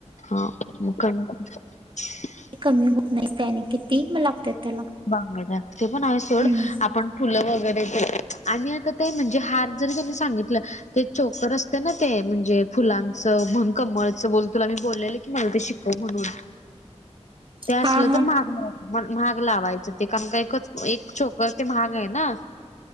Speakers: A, on the left; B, on the right.
A: हा <unintelligible>
B: कमी होत नाही, त्याने किती मला लागत त्याला.
A: बांगड्या ते पण आहे सोड,
B: हम्म
A: आपण. फुलं वगैरे सांगितलं आणि आता ते हार जरी त्यांनी सांगितलं ते चोकर असते ना. ते म्हणजे फुलांचं म्हण, कमळचं बोल. तुला मी बोललेलं की मला ते शिकव म्हणून. ते असलं
B: हा हा
A: तर महाग मं मग महाग लावायचं ते, कारण का एकच एक छोकर ते महाग आहे ना.